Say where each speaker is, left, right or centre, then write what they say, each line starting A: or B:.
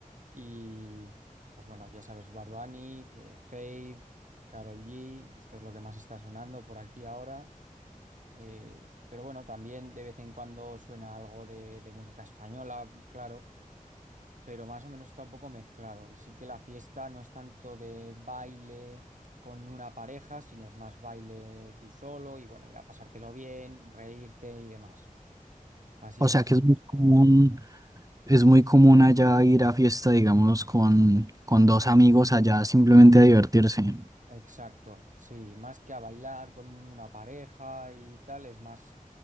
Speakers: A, on the right; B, on the right.
A: Y pues bueno, ya sabes, Bad Bunny, eh, Feid, Karol G, esto es lo que más está sonando por aquí ahora. Eh, pero bueno, también de vez en cuando suena algo de de música española, claro pero más o menos está un poco mezclado. Y sí que la fiesta no es tanto de baile con una pareja, sino es más baile tú solo y bueno, ir a pasártelo bien, reírte y demás. Así
B: O
A: es
B: sea
A: más.
B: que
A: o
B: es muy
A: menos
B: común,
A: como-
B: es muy común allá ir a fiesta, digamos, con, con dos amigos allá simplemente a divertirse.
A: Exacto, sí, más que a bailar con una pareja y tal, es más,